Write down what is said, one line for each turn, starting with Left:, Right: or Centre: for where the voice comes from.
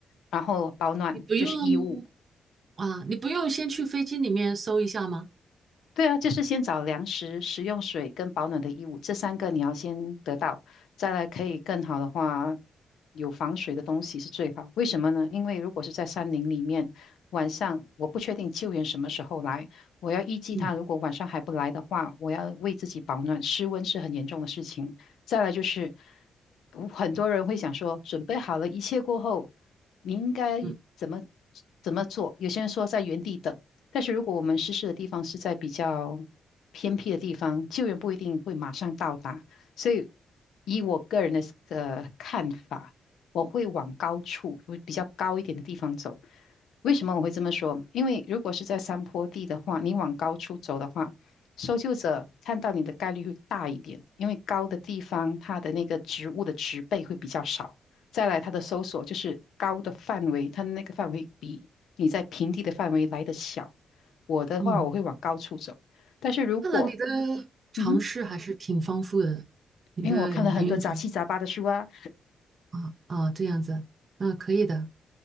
Left: 然后保暖就是衣物。
Right: 你不用啊，你不用先去飞机里面搜一下吗？
Left: 对啊，就是先找粮食、食用水跟保暖的衣物，这三个你要先得到，再来可以更好的话，有防水的东西是最好。为什么呢？因为如果是在山林里面，晚上我不确定救援什么时候来，我要预计他如果晚上还不来的话，
Right: 嗯
Left: 我要为自己保暖，失温是很严重的事情。再来就是，我很多人会想说，准备好了一切过后，你应该怎么
Right: 嗯
Left: 怎么做？有些人说在原地等，但是如果我们失事的地方是在比较偏僻的地方，救援不一定会马上到达，所以以我个人的的看法，我会往高处，会比较高一点的地方走。为什么我会这么说？因为如果是在山坡地的话，你往高处走的话，搜救者看到你的概率会大一点，因为高的地方它的那个植物的植被会比较少。再来，它的搜索就是高的范围，它的那个范围比你在平地的范围来得小。我的话，
Right: 嗯，
Left: 我会往高处走。但是如果，
Right: 看来你的尝试还是挺丰富的，
Left: 嗯哼，
Right: 你的很有尝
Left: 因为我看了很多杂七杂八的书啊，
Right: 啊啊这样子，啊，可以的。